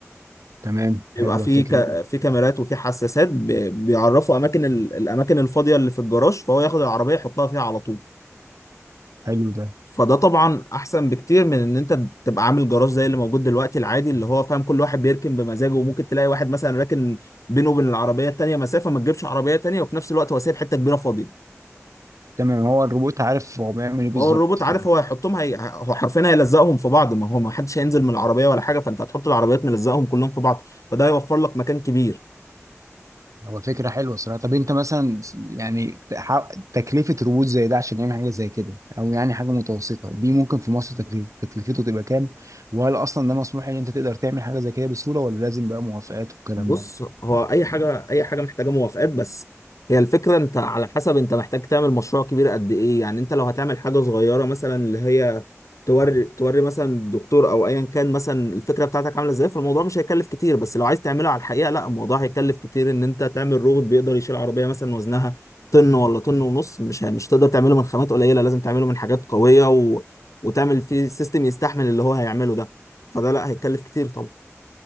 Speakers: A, on the right; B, on the left.
A: تمام
B: يبقى
A: حلوه
B: في
A: الفكره
B: ك...
A: دي
B: في كاميرات وفي حساسات ب... بيعرفوا اماكن ال... الاماكن الفاضيه اللي في الجراج فهو ياخد العربيه يحطها فيها على طول
A: حلو ده
B: فده طبعا احسن بكتير من ان انت تبقى عامل جراج زي اللي موجود دلوقتي العادي اللي هو فاهم كل واحد بيركن بمزاجه وممكن تلاقي واحد مثلا راكن بينه وبين العربيه التانيه مسافه ما تجيبش عربيه تانيه وفي نفس الوقت هو سايب حته كبيره فاضيه
A: تمام هو الروبوت عارف هو بيعمل ايه بالظبط
B: هو الروبوت عارف هو هيحطهم هي... هو حرفيا هيلزقهم في بعض ما هو ما حدش هينزل من العربيه ولا حاجه فانت هتحط العربيات ملزقهم كلهم في بعض فده هيوفر لك مكان كبير
A: هو فكرة حلوة الصراحة طب انت مثلا يعني تح- تكلفة روبوت زي ده عشان يعمل حاجة زي كده او يعني حاجة متوسطة دي ممكن في مصر تكليف تكلفته تبقى كام وهل اصلا ده مسموح ان انت تقدر تعمل حاجة زي كده بسهولة ولا لازم بقى موافقات والكلام
B: بص
A: ده
B: هو اي حاجه اي حاجه محتاجه موافقات بس هي الفكره انت على حسب انت محتاج تعمل مشروع كبير قد ايه يعني انت لو هتعمل حاجه صغيره مثلا اللي هي توري توري مثلا الدكتور او ايا كان مثلا الفكره بتاعتك عامله ازاي فالموضوع مش هيكلف كتير بس لو عايز تعمله على الحقيقه لا الموضوع هيكلف كتير ان انت تعمل روبوت بيقدر يشيل عربيه مثلا وزنها طن ولا طن ونص مش ه- مش تقدر تعمله من خامات قليله لازم تعمله من حاجات قويه و... وتعمل فيه سيستم يستحمل اللي هو هيعمله ده فده لا هيكلف كتير طبعا